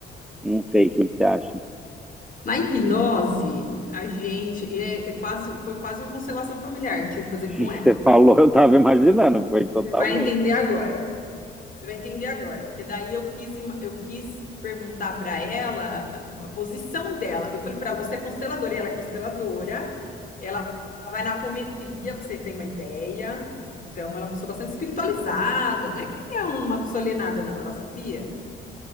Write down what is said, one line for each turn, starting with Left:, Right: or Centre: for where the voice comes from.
Centre: não sei o que que você acha. O
Left: Na hipnose, a gente, e é, é quase, foi quase uma constelação familiar que eu tive que fazer com
Centre: que
Left: ela.
Centre: você falou, eu estava
Left: Você
Centre: imaginando, foi totalmente.
Left: você vai entender agora. Você vai entender agora, porque daí eu quis, ima- eu quis perguntar para ela a posição dela. Eu falei para ela, você é consteladora, e ela é consteladora, ela vai na apometria, pra você ter uma ideia. Então, ela é uma pessoa bastante espiritualizada, não é que é uma pessoa alienada, não, ela sabia.